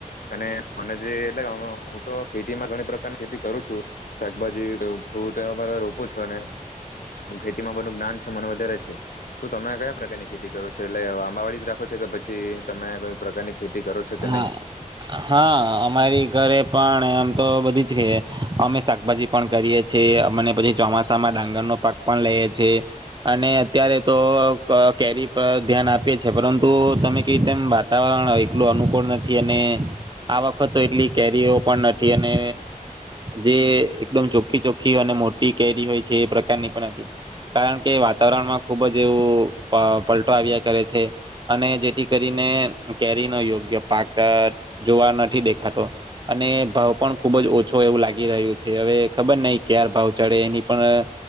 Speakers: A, on the left (about 90°); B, on the right (about 35°).
A: અને મને જે એટ તો ખેતીમાં ઘણી પ્રકારની ખેતી કરું છું. શાકભાજી, ફ્રૂટ એવા બધા રોપું છું અને ખેતીમાં બધું જ્ઞાન છે મને વધારે છે. શું તમે કયા પ્રકારની ખેતી કરો છો એટલે આંબાવાડી જ રાખો છો કે પછી તમે કઈ પ્રકારની ખેતી કરો છો કે નહીં
B: હા હા અમારી ઘરે પણ એમ તો બધી જ અમે શાકભાજી પણ કરીએ છીએ અમને પછી ચોમાસામાં ડાંગરનો પાક પણ લઈએ છે અને અત્યારે તો કેરી પર ધ્યાન આપીએ છે એ પરંતુ તમે કેવી રીતે વાતાવરણ એટલુ અનુકૂળ નથી અને આ વખતે તો એટલી કેરીઓ પણ નથી અને જે એકદમ ચોખ્ખી-ચોખ્ખી અને મોટી કેરી હોય છે એ પ્રકારની પણ નથી કારણ કે વાતાવરણમાં ખુબ જ એવું પલટો આવ્યા કરે છે અને જેથી કરીને કેરી નો યોગ્ય પાક જોવા નથી દેખાતો અને ભાવ પણ ખુબ જ ઓછો એવું લાગી રહ્યું છે હવે ખબર નહી કયારે ભાવ ચડે એની પણ